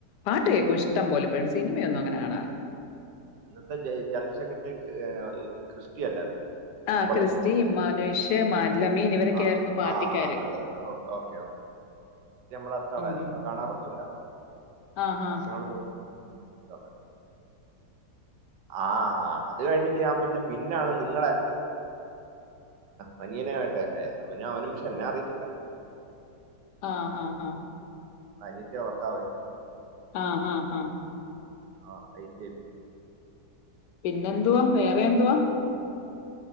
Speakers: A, on the left (about 75°); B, on the right (about 80°).
A: പാട്ട് കേൾക്കും ഇഷ്ടം പോലെ ഇപ്പോഴും സിനിമയൊന്നും അങ്ങനെ കാണാറില്ല
B: അന്നത്തെ ജ ജനറൽ സെക്രട്ടറി ക്രിസ്റ്റി അല്ലായിരുന്നോ
A: ആ
B: കുമ്പളത്തുള്ള
A: ക്രിസ്റ്റി മാനുഷ് മാലമീൻ ഇവരൊക്കെ
B: ആ
A: ആയിരുന്നു പാർട്ടിക്കാര്
B: ആ അതെ ഓക്കെ ഓക്കെ ക്രിസ്റ്റി നമ്മള അടുത്താളായിരുന്നു
A: ഉം ഹും
B: ഇപ്പൊ കാണാറൊന്നുമില്ല
A: ആഹ്
B: വർഷങ്ങൾക്ക് മുമ്പ <inaudible> ആ അത് കഴിഞ്ഞിട്ട് ഞാൻ പിന്നെ പിന്നാണ് നിങ്ങളെ മനിയനൊയിട്ട് അവന അവനും പക്ഷെ എന്നെ അറിയത്തില്ല
A: ആ ആ ആ
B: <unintelligible> ഓർത്താമതി
A: ആ ആ ആ
B: ആ ഐ ടി ഐ ല്
A: പിന്നെന്തുവാ വേറെ എന്തുവാ